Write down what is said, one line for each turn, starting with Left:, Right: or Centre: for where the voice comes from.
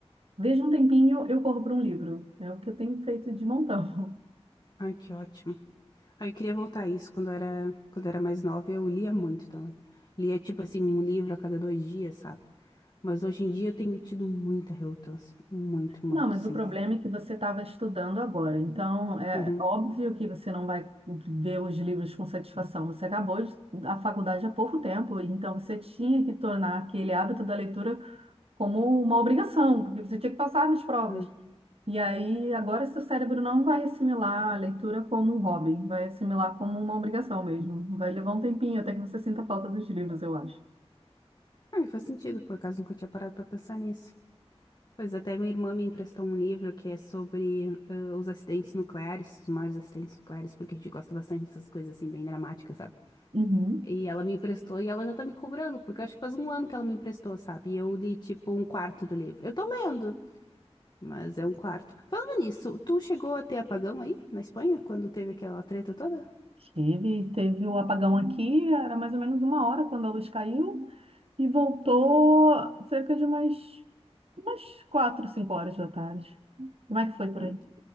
Right: vejo um tempinho, eu corro para um livro. É o que eu tenho feito de montão.
Left: Ai, que ótimo. Ah, eu queria voltar a isso quando eu era, quando eu era mais nova, eu lia muito também. Lia tipo assim um livro a cada dois dias, sabe? Mas hoje em dia eu tenho tido muita relutância, muito, muito,
Right: Não, mas
Left: sim,
Right: o problema
Left: é.
Right: é que você estava estudando agora. Então, é
Left: Uhum.
Right: óbvio que você não vai ver os livros com satisfação. Você acabou de, a faculdade há pouco tempo, então você tinha que tornar aquele hábito da leitura como uma obrigação, porque você tinha que passar nas provas.
Left: Hum.
Right: E aí, agora seu cérebro não vai assimilar a leitura como um hobby, vai assimilar como uma obrigação mesmo. Vai levar um tempinho até que você sinta falta dos livros, eu acho.
Left: Ah, me faz sentido, por acaso nunca tinha parado pra pensar nisso. Pois até minha irmã me emprestou um livro que é sobre ah, os acidentes nucleares, os maiores acidentes nucleares, porque a gente gosta bastante dessas coisas assim bem dramáticas, sabe?
Right: Uhum.
Left: E ela me emprestou e ela já tá me cobrando, porque eu acho que faz um ano que ela me emprestou, sabe? E eu li tipo um quarto do livro. Eu tô lendo, Mas é um quarto. Falando nisso, tu chegou a ter apagão aí, na Espanha, quando teve aquela treta toda?
Right: Teve, teve o apagão aqui, era mais ou menos uma hora quando a luz caiu. E voltou cerca de umas, umas quatro, cinco horas da tarde. Como é que foi por
Left: Hum.
Right: aí?